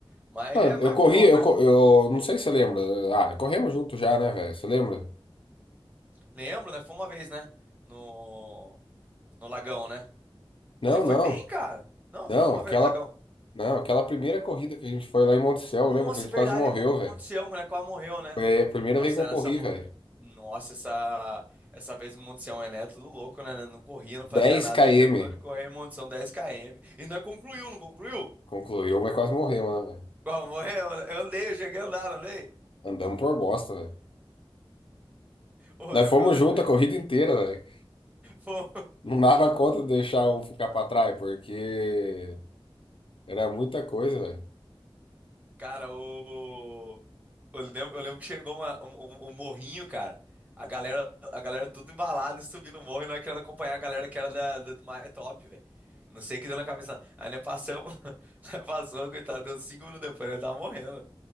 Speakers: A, on the right; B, on the left.
A: Mas
B: Ah,
A: é mais
B: eu corri,
A: por hobby.
B: eu,
A: mas-
B: co- eu não
A: é,
B: sei se você lembra. Ah, corremos junto já, né, velho? Você lembra?
A: Lembro, né? Foi uma vez, né? No, no Lagão, né?
B: Não,
A: Você foi
B: não.
A: bem, cara. Não,
B: Não,
A: você foi uma
B: aquela.
A: vez no Lagão.
B: Não, aquela primeira corrida que a gente foi lá em Monticello,
A: Nossa,
B: lembra que a gente
A: é verdade,
B: quase morreu,
A: Mon-
B: velho?
A: Monte Sião, né? Quase morreu, né?
B: Foi a primeira
A: Nossa,
B: vez que eu
A: é nessa.
B: corri,
A: mo-
B: velho.
A: Nossa, essa, essa vez o Monte Sião é neto, tudo louco, né? né, Não corria, não fazia
B: dez
A: nada,
B: km.
A: nem inventou de correr em Monte Sião 10 km. E não concluiu, não concluiu?
B: Concluiu, mas quase morremos, né, velho?
A: Quase morreu, né? eu andei, eu cheguei a andar, não andei.
B: Andamos por bosta, velho.
A: Ô,
B: Nós
A: Eu lembro,
B: fomos
A: eu lembro
B: junto
A: que, né?
B: a corrida inteira, velho.
A: Pô,
B: Não dava conta de deixar um ficar pra trás, porque era muita coisa, velho.
A: cara, o. Eu lembro, eu lembro que chegou uma- um, um- um morrinho, cara. A galera, a galera tudo embalada, subindo o morro e nós querendo acompanhar a galera que era da, da- do My Top, velho. Não sei o que deu na cabeça. Aí nós passamos, <laughs> nós passamos, coitado, deu cinco minutos depois, ele tava morrendo.